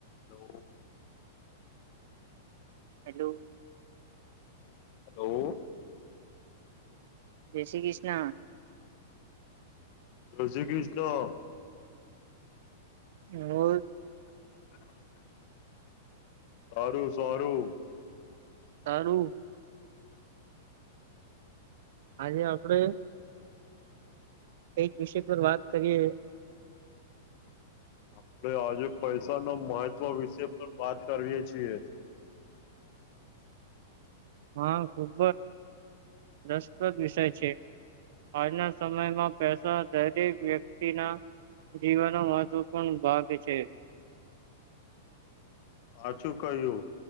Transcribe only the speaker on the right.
હેલો.
જય શ્રી કૃષ્ણ.
<unintelligible> <unintelligible>
સારું. આજે. <unintelligible> <inaudible> એક વિષય પર વાત કરીએ.
હા ખૂબ જ રસપ્રદ વિષય છે, આજના સમયમાં પેસા દરેક વ્યક્તિના જીવનનો મહત્વપૂર્ણ ભાગ છે.